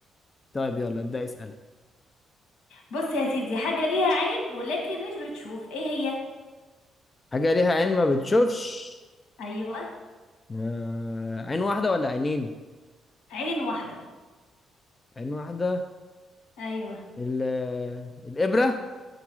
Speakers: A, on the left (about 25°); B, on the left (about 85°).
A: طيب يلا ابدا اسالي
B: بص يا سيدي حاجة ليها عين ولكن مش بتشوف ايه هي
A: حاجه ليها عين ما بتشوفش
B: ايوه
A: آه... عين واحده ولا عينين
B: عين واحدة
A: عين واحده
B: ايوه
A: ال... الابره